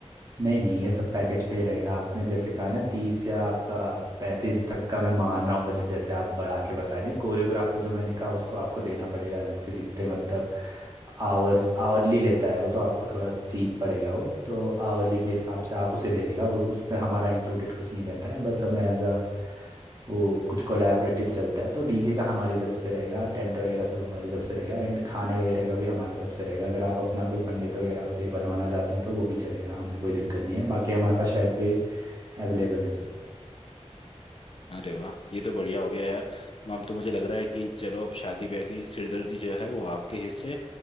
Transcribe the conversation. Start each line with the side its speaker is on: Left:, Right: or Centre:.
Right: नहीं नहीं ये सब पैकेज पे ही रहेगा आपने जैसे कहा ना तीस या आपका पैंतीस तक का मैं मान रहा हूँ बजट जैसे आप बढ़ा के बता रहे हैं कोरियोग्राफर जो मैंने कहा उसको आपको देना पड़ेगा अलग से जितने मतलब आवर्स आवरली लेता है वो तो आपको थोड़ा चीप पड़ेगा वो तो आवरली के हिसाब से आप उसे दे देगा उ- उसमें हमारा इंक्लूडेड कुछ नहीं रहता है बस हम एज अ वो कुछ कोलैबोरेटिव चलता है तो डीजे का हमारी तरफ से रहेगा टेंट वगैरह सब हमारी तरफ से रहेगा एंड खाने वगैरह का भी हमारी तरफ से रहेगा अगर आप अपना कोई पंडित वगैरह से बनवाना चाहते हैं तो वो भी चलेगा हमें कोई दिक्कत नहीं है बाकी हमारे पास शेफ भी अवेलेबल हैं सब
Left: अरे वाह ये तो बढ़िया हो गया यार अब तो मुझे लग रहा है कि चलो अब शादी ब्याह की सिरदर्दी जो है वो आपके हिस्से